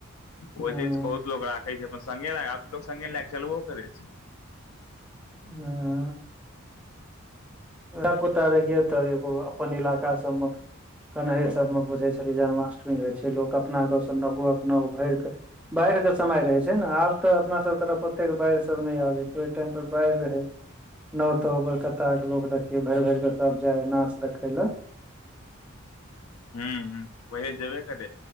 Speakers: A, on the left; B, in the centre.
A: ओहि
B: हँ
A: दिन से बहुत लोग राखे छै। स लोकग सङगे नहि चल ओ करै छै
B: ह धिया पुता रहिय तऽ एगो अपन इलाका सभ मे कनहै सभ मे बुझे छले जन्माष्टमी कऽ होइ छै लोक अपना गावसँ नो न भरि कऽ बाढ़िक के समय रहे छै ने आब तऽ अपना सभ तरफ ओतेक बाढ़ि सभ नहि आबे छै ओहि टाइम पर बाढ़ि रहे नओ ताव कलकत्ताके लोक देखियै भरि भरि कऽ सभ जाइ नाच देखय लए
A: ह वह जेबे करे